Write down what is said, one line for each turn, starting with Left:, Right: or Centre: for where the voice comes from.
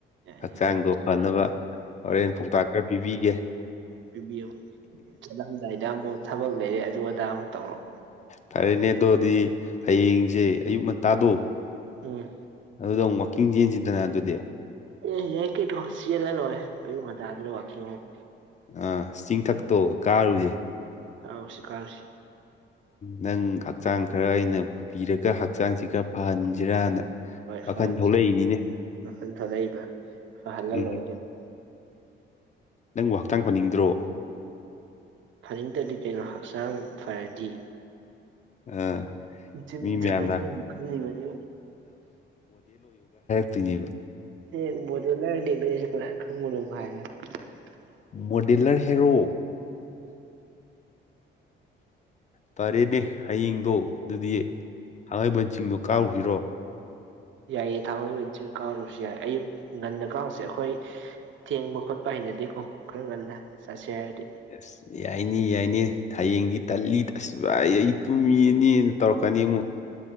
Right: ꯌꯥꯏ
Left: ꯍꯛꯆꯥꯡꯗꯣ
Right: ꯌꯥꯏ
Left: ꯐꯅꯕ ꯍꯣꯔꯦꯟ ꯄꯥꯎꯇꯥꯛ ꯈꯔ ꯄꯤꯕꯤꯒꯦ
Right: ꯄꯤꯕꯤꯌꯣ ꯆꯠꯂꯝꯗꯥꯏꯗ ꯑꯃꯨꯛ ꯊꯕꯛ ꯂꯩꯔꯦ ꯑꯗꯨ ꯑꯗꯥ ꯑꯃꯨꯛ ꯇꯧꯔꯛꯑꯣ
Left: ꯐꯔꯦꯅꯦ ꯑꯗꯣꯗꯤ ꯍꯌꯦꯡꯁꯦ ꯑꯌꯨꯛ ꯉ ꯇꯥꯗꯣ
Right: ꯎꯝ
Left: ꯑꯗꯨꯗ ꯑꯃꯨꯛ ꯋꯥꯛꯀꯤꯡ ꯆꯦꯟꯁꯤꯗꯅ ꯑꯗꯨꯗꯤ
Right: ꯑꯦ ꯌꯥꯏ ꯀꯩꯅꯣ ꯆꯦꯜꯂ ꯂꯣꯏꯔꯦ ꯑꯌꯨꯛ ꯉꯟꯇꯥꯗꯨꯗ ꯋꯥꯛꯀꯤꯡ ꯑꯃꯨꯛ
Left: ꯑ ꯆꯤꯡꯊꯛꯇꯣ ꯀꯥꯔꯨꯁꯦ
Right: ꯀꯥꯔꯨꯁꯤ-ꯀꯥꯔꯨꯁꯤ꯫
Left: ꯅꯪ ꯍꯛꯆꯥꯡ ꯈꯔ ꯑꯩꯅ ꯄꯨꯕꯤꯔꯒ ꯍꯛꯆꯥꯡꯁꯤ ꯈꯔ ꯐꯍꯟꯁꯤꯔꯅ
Right: ꯍꯣꯏ
Left: ꯋꯥꯈꯜ
Right: ꯐꯍꯁꯤ
Left: ꯊꯣꯛꯂꯛꯏꯅꯤꯅꯦ
Right: ꯃꯈꯜ ꯊꯣꯛꯂꯛꯏꯕ ꯐꯍꯜꯅ
Left: ꯎꯝ
Right: ꯂꯣꯏꯔꯦ ꯀꯩꯅꫭ꯫
Left: ꯅꯪꯕꯨ ꯍꯛꯆꯥꯡ ꯐꯥꯅꯤꯡꯗ꯭ꯔꯣ
Right: ꯐꯅꯤꯡꯇꯗꯤ ꯀꯩꯅꯣ ꯍꯛꯆꯥꯡ ꯐꯔꯗꯤ
Left: ꯑ
Right: ꯖꯤꯝ
Left: ꯃꯤ
Right: ꯆꯠꯂꯁ
Left: ꯃꯌꯥꯝꯅ
Right: ꯌꯥꯝ ꯈꯜꯂꯤꯕꯅꯤ
Left: ꯇꯤꯡꯏꯕ꯫
Right: ꯍꯦꯛ <unintelligible>
Left: ꯃꯣꯗꯦꯂꯔ ꯍꯦꯔꯣ꯫ ꯐꯔꯦꯅꯦ ꯍꯌꯦꯡꯗꯣ ꯗꯨꯗꯤ ꯊꯥꯡꯃꯩꯕꯟ ꯆꯤꯡꯗꯨ ꯀꯥꯎꯁꯤꯔꯣ꯫
Right: ꯌꯥꯏꯌꯦ ꯊꯥꯡꯃꯩꯕꯟ ꯆꯤꯡ ꯀꯥꯎꯔꯁꯨ ꯌꯥꯏ ꯑꯌꯨꯛ ꯉꯟꯅ ꯀꯥꯔꯨꯁꯦ ꯑꯈꯣꯏ ꯊꯦꯡꯕ ꯈꯣꯠꯄ ꯍꯩꯅꯗꯦꯀꯣ ꯈꯔ ꯉꯟꯅ ꯆꯠꯁꯦ ꯍꯥꯏꯔꯗꯤ꯫
Left: ꯑꯁ ꯌꯥꯏꯅꯤ-ꯌꯥꯏꯅꯤ ꯍꯌꯦꯡꯗꯤ ꯇꯜꯂꯤ ꯑꯁ ꯚꯥꯏ ꯑꯩ ꯇꯨꯝꯃꯤꯅꯦꯅ ꯇꯧꯔꯛꯀꯅꯤ ꯑꯃꯨꯛ꯫